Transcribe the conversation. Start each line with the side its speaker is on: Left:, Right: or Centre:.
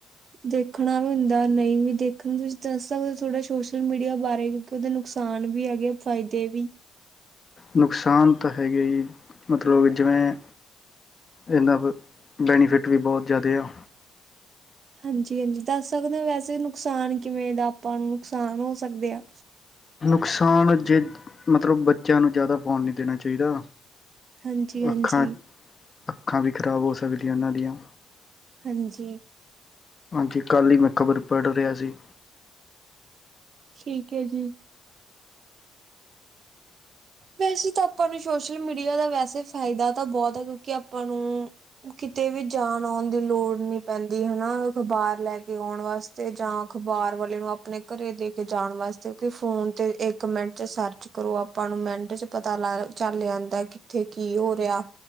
Right: ਦੇਖਣਾ ਵੀ ਹੁੰਦਾ ਨਹੀਂ ਵੀ ਦੇਖਣ ਤੁਸੀਂ ਦੱਸ ਸਕਦੇ ਥੋੜ੍ਹਾ ਸੋਸ਼ਲ ਮੀਡੀਆ ਬਾਰੇ ਕਿਉਂਕਿ ਉਹਦੇ ਨੁਕਸਾਨ ਵੀ ਹੈਗੇ ਆ ਫਾਇਦੇ ਵੀ।
Left: ਨੁਕਸਾਨ ਤਾਂ ਹੈਗਾ ਜੀ ਮਤਲਬ ਜਿਵੇਂ ਇਨਾਂ ਬੈਨੀਫਿਟ ਵੀ ਬਹੁਤ ਜ਼ਾਦੇ ਆ।
Right: ਹਾਂਜੀ- ਹਾਂਜੀ ਦੱਸ ਸਕਦੇ ਹੋ ਵੈਸੇ ਨੁਕਸਾਨ ਕਿਵੇਂ ਦਾ ਆਪਾਂ ਨੂੰ ਨੁਕਸਾਨ ਹੋ ਸਕਦੇ ਆ।
Left: ਨੁਕਸਾਨ ਜੇ ਮਤਲਬ ਬੱਚਿਆਂ ਨੂੰ ਜ਼ਿਆਦਾ ਫੋਨ ਨਹੀਂ ਦੇਣਾ ਚਾਹੀਦਾ।
Right: ਹਾਂਜੀ ਹਾਂਜੀ
Left: ਅੱਖਾਂ -ਅੱਖਾਂ ਵੀ ਖ਼ਰਾਬ ਹੋ ਸਕ ਤਵਲੀਆਂ ਉਹਨਾਂ ਦੀਆਂ
Right: ਹਾਂਜੀ।
Left: ਜੀ ਕੱਲ ਹੀ ਮੈਂ ਖਬਰ ਪੜ੍ਹ ਰਿਹਾ ਸੀ।
Right: ਠੀਕ ਹੈ ਜੀ। ਵੈਸੇ ਤਾਂ ਆਪਾਂ ਨੂੰ ਸੋਸ਼ਲ ਮੀਡੀਆ ਦਾ ਵੈਸੇ ਫਾਇਦਾ ਤਾਂ ਬਹੁਤ ਆ ਕਿਉਂਕਿ ਆਪਾਂ ਨੂੰ ਕਿਤੇ ਵੀ ਜਾਣ ਆਉਣ ਦੀ ਲੋੜ ਨੀ ਪੈਂਦੀ ਹਨਾ ਅਖ਼ਬਾਰ ਲੈ ਕੇ ਆਉਣ ਵਾਸਤੇ ਜਾਂ ਅਖਬਾਰ ਵਾਲੇ ਨੂੰ ਆਪਣੇ ਘਰੇ ਦੇ ਕੇ ਜਾਣ ਵਾਸਤੇ ਕਿ ਫੋਨ ਤੇ ਇੱਕ ਮਿੰਟ ਚ ਸਰਚ ਕਰੋ ਆਪਾਂ ਨੂੰ ਮਿੰਟ ਚ ਪਤਾ ਲਾ ਚੱਲ ਜਾਂਦਾ ਕਿੱਥੇ ਕੀ ਹੋ ਰਿਹਾ